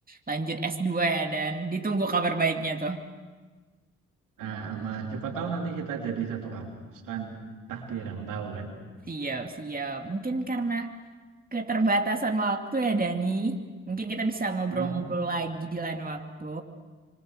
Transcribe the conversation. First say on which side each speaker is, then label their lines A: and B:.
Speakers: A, on the right; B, on the right.
A: Lanjut s dua ya dan ditunggu kabar baiknya tuh.
B: Nah, aman. Siapa tahu nanti kita jadi satu kampus kan. Takdir yang tahu kan.
A: Siap, siap. Mungkin karena keterbatasan waktu ya Dani. Mungkin kita bisa ngobrol-ngobrol
B: Ah,
A: lagi di lain waktu.